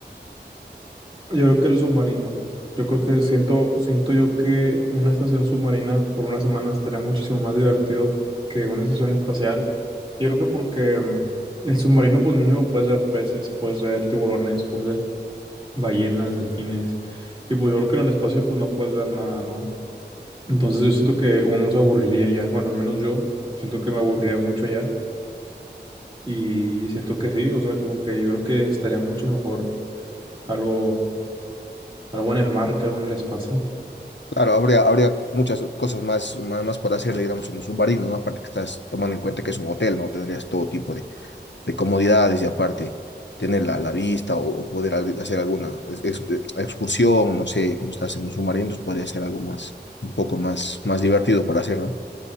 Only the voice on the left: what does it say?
Claro, habría, habría muchas cosas más, más, más por hacer, digamos, en un submarino, ¿no? Aparte que estás tomando en cuenta que es un hotel, ¿no? Tendrías todo tipo de, de comodidades y aparte tener la, la vista o, o poder al- hacer alguna ex- ex- excursión, no sé, como estás en un submarino, entonces podría ser algo más, un poco más, más divertido para hacer, ¿no?